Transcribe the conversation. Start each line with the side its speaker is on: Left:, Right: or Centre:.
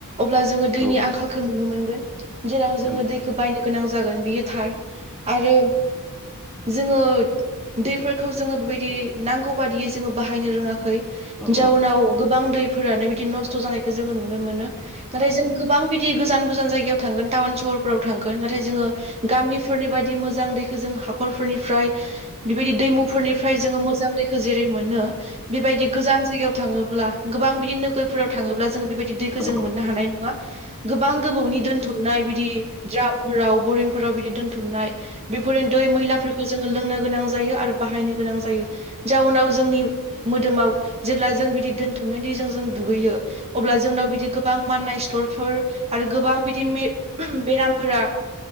Right: अब्ला जोंङो दैनि
Centre: औ औ
Right: आंखालखो नुनो मोनगोन जेराव
Centre: औ
Right: जोंङो दैखो बायनो गोनां जागोन बियो थार। आरो जोंङो दैफोरखौ जोंङो बेबायदि नांगौ बादियै जोंङो बाहायनो रोङाखै।
Centre: औ
Right: जाउनाव गोबां दैफोरानो बिदि नस्थ' जानायखौ जोंङो नुनो मोनो। नाथाय जों गोबां बिदि गोजान गोजान जायगायाव थांगोन टाउन सहरफोराव थांगोन नाथाय जोंङो गामि फोरनि बायदि मोजां दैखो जों हाखरफोरनिफ्राय बेबायदि दैमुफोरनिफ्राय जोंङो मोजां दै खो जेरै मोनो बेबायदि गोजान जायगायाव थाङोब्ला गोबां बिदि नोगोरफोराव थाङोब्ला जों बेबायदि दै खो
Centre: औ
Right: जों मोननो हानाय नङा गोबां गोबावनि दोन थुमनाय बिदि द्रामफोराव बरिंफोराव बिदि दोन्थुमनाय बेफोरनो दै मैलाफोरखौ जोंङो लोंनो गोनां जायो आरो बाहायनो गोनां जायो जाउनाव जोंनि मोदोमाव जेब्ला जों बिदि दोनथुमनाय दैजों जों दुगैयो अब्ला जोंनाव बिदि गोबां माननाय स्टरफोर आरो गोबां बिदि बेरामफोरा